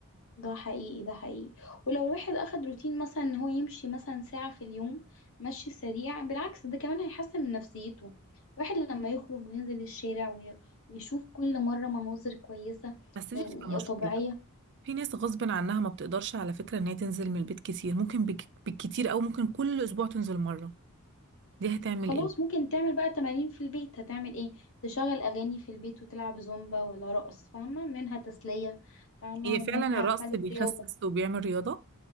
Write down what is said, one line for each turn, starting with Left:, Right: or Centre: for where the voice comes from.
Left: ده حقيقي ده حقيقي ولو الواحد اخد روتين مثلا ان هو يمشي مثلا ساعة في اليوم مشي سريع بالعكس ده كمان هيحسن من نفسيته الواحد لما يخرج وينزل الشارع وي- ويشوف كل مرة مناظر كويسة
Right: بس دي
Left: يعني
Right: بتبقى مشكله
Left: طبيعية
Right: في ناس غصب عنها ما بتقدرش على فكره ان هي تنزل من البيت كتير ممكن بك... بالكتير او ممكن كل اسبوع تنزل مره دي هتعمل
Left: خلاص
Right: ايه
Left: ممكن تعمل بقى تمارين في البيت هتعمل ايه تشغل اغاني في البيت وتلعب زومبا ولا رقص فاهمة منها تسلية فاهمة
Right: هي
Left: ومنها
Right: فعلا الرقص
Left: عملت
Right: بيخسس
Left: رياضة
Right: وبيعمل رياضه